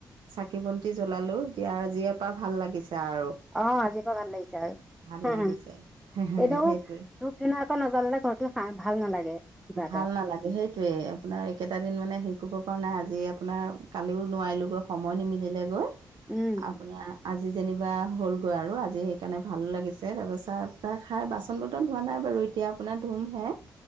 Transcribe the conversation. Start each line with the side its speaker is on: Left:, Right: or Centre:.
Right: চাকি -বন্তি জ্বলালো দিয়া আজীয়েপা ভাল লাগিছে। আৰু
Centre: অহ, আজিৰ পৰা ভাল লাগিছে আৰু।
Right: ভাল
Centre: <unintelligible>
Right: লাগিছে
Centre: এদহো
Right: সেইটোৱে
Centre: ধূপ- ধুনা আকৌ নজলালে ঘৰটো ভাল নালাগে। কিবা
Right: ভাল
Centre: এটা
Right: নালাগে সেইটোৱে আপোনাক আৰু এইকেইটা দিন মানে হেৰি কৰিব পৰা নাই আজি আপোনাৰ কালিও নোৱাৰিলোগৈ সময় নিমিলিলে গৈ
Centre: উম,
Right: আপোনাৰ আজি যেনিবা হ'লগৈ আৰু আজি সেইকাৰণে ভালো লাগিছে তাৰপিচত চাহ - টাহ খাই বাচন বৰ্তন ধোৱা নাই বাৰু এতিয়া আপোনাৰ ধুমহে।